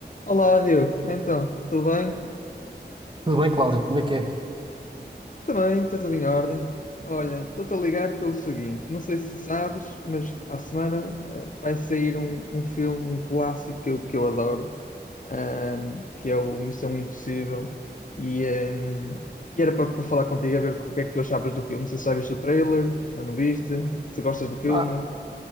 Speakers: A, on the left; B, on the right.
A: Olá, Diogo. Então, tudo bem?
B: Tudo bem, Cláudio? Como é que é?
A: Também, está tudo em ordem. Olha, estou-te a ligar pelo seguinte: não sei se sabes, mas para a semana eh, vai sair um, um filme, um clássico que eu, que eu adoro, ahm, que é o Missão Impossível. E, ahm, e era para para falar contigo, a ver o que é que tu achavas do filme. Não sei se já viste o trailer, se ainda não viste, se gostas do filme.
B: Ah,